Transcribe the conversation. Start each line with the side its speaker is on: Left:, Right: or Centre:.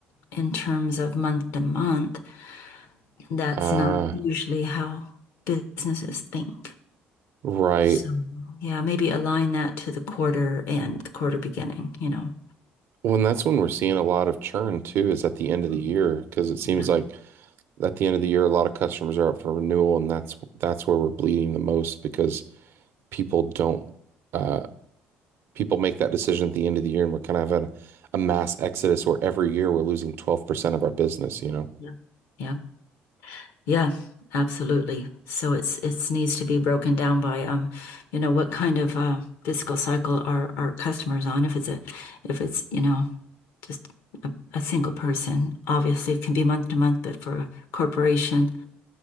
Left: in terms of month to month, that's
Right: uh,
Left: not usually how businesses think.
Right: right.
Left: So yeah, maybe align that to the quarter and the quarter beginning, you know.
Right: Well, and that's when we're seeing a lot of churn too, is at the end of
Left: Mm,
Right: the year, because it seems
Left: Yeah.
Right: like at the end of the year, a lot of customers are up for renewal, and that's that's where we're bleeding the most because people don't uh people make that decision at the end of the year and we're kind of having a mass exodus where every year we're losing 12% of our business, you know.
Left: Yeah. Yeah. Yeah, absolutely. So it's it's needs to be broken down by um, you know, what kind of uh fiscal cycle are our customers on? If it's a if it's, you know, just a, a single person, obviously it can be month to month, but for a corporation,